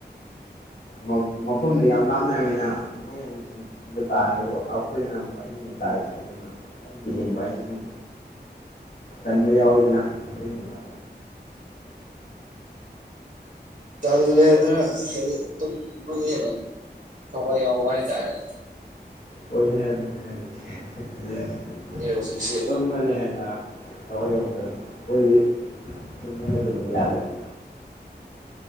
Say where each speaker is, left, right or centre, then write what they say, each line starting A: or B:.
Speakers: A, on the left; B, on the right.
A: ꯃ ꯃꯐꯝꯗꯨ ꯌꯥꯝ ꯂꯥꯞꯅꯔꯝꯅꯤꯅ ꯃꯣꯏꯅ ꯅꯨꯡꯊꯤꯟ <unintelligible> ꯑꯩꯈꯣꯏꯗꯅ ꯑꯃꯨꯛ ꯑꯍꯤꯡꯗ ꯇꯥꯏꯁꯦ ꯑꯗꯨꯅ ꯑꯍꯤꯡꯗ ꯌꯦꯡꯕ ꯍꯥꯏꯁꯤ ꯑꯗꯨꯝ ꯇꯟꯕ ꯌꯥꯎꯋꯤꯗꯅ ꯑꯗꯨꯏꯅꯤꯗ
B: ꯇꯜꯂꯦ ꯑꯗꯨꯅ ꯍꯥꯏꯗꯤ ꯇꯨꯝꯕ <unintelligible> ꯊꯋꯥꯏ ꯌꯥꯎꯕ ꯍꯥꯏ ꯇꯥꯔꯦ <unintelligible>
A: ꯍ‌ꯣꯏꯍ‌ꯦ ꯑꯗꯨꯅꯦ ꯍꯥꯏ <unintelligible>
B: ꯍꯧꯖꯤꯛꯁꯤ
A: ꯇꯨꯝꯕꯅ ꯍꯦꯟꯅꯥ ꯊꯥꯋꯥꯏ ꯌꯥꯎꯈ꯭ꯔꯥ ꯈꯣꯏꯗꯤ ꯇꯨꯝꯕ ꯅꯠꯇꯗꯤ ꯌꯥ <unintelligible>